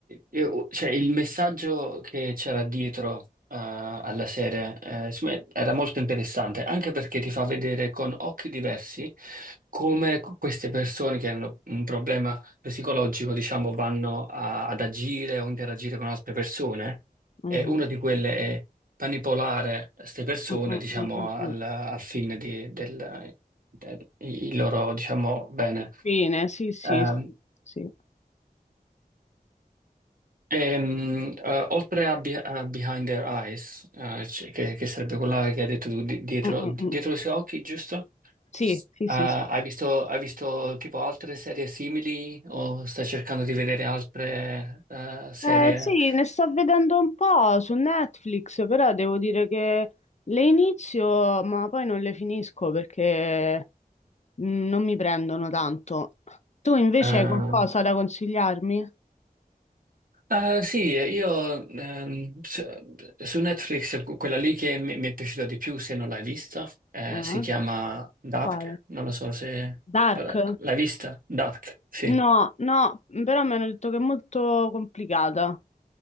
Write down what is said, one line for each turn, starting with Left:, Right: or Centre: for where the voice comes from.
Right: io- cioè, il messaggio che c'era dietro, eh, alla serie, eh, insomma, era molto interessante, anche perché ti fa vedere con occhi diversi come co- queste persone che hanno un problema psicologico, diciamo, vanno a- ad agire o interagire con altre persone.
Left: Mhm.
Right: E una di quelle è manipolare queste persone,
Left: Mm, mm,
Right: diciamo,
Left: mm, mm,
Right: al,
Left: mm.
Right: al fine di, del, eh, i- il loro, diciamo, bene.
Left: Infine, sì, sì,
Right: Ehm,
Left: sì.
Right: ehm, eh, oltre a, Be- a Behind Their Eyes, eh, c- che, che sarebbe quella che hai detto tu, di- dietro,
Left: Mm, mm,
Right: dietro
Left: mm.
Right: i suoi occhi, giusto?
Left: Sì, sì,
Right: Ah,
Left: sì, sì.
Right: hai visto, hai visto tipo altre serie simili o stai cercando di vedere altre eh, serie?
Left: Eh, sì, ne sto vedendo un po' su Netflix, però devo dire che le inizio, ma poi non le finisco perché mm, non mi prendono tanto. Tu invece
Right: eh,
Left: hai qualcosa da consigliarmi?
Right: Ah, sì, io ehm, su su Netflix quella lì che mi, mi è piaciuta di più, se non l'hai vista, eh,
Left: Eh?
Right: si chiama Dark,
Left: Quale?
Right: non lo so se
Left: Dark?
Right: l'hai vista, Dark, sì,
Left: No, no, però mi hanno detto che è molto complicata.